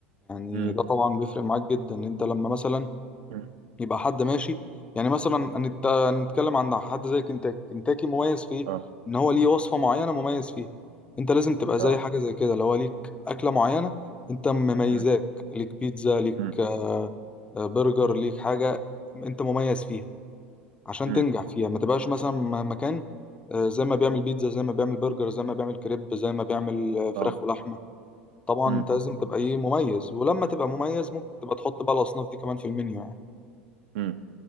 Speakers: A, on the left; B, on the right.
A: يعني
B: امم
A: ده طبعا بيفرق معاك جدا انت لما مثلا
B: امم
A: يبقى حد ماشي يعني مثلا هنت- هنتكلم عن حد زي كنتاكي كنتاكي مميز في ايه
B: اه
A: ان هو ليه وصفة معينة مميز فيها انت لازم تبقى زي
B: اه
A: حاجة زي كده لو هو ليك أكلة معينة انت مميزاك
B: امم
A: ليك بيتزا ليك
B: امم
A: آه، آه، برجر ليك حاجة انت مميز فيها عشان
B: امم
A: تنجح فيها ما تبقاش مثلا م- مكان آه، زي ما بيعمل بيتزا زي ما بيعمل برجر زي ما بيعمل كريب زي ما بيعمل آه، فراخ
B: اه
A: ولحمة طبعا
B: امم
A: انت لازم تبقى ايه مميز ولما تبقى مميز ممكن تبقى تحط بقى الأصناف دي كمان في المنيو يعني
B: امم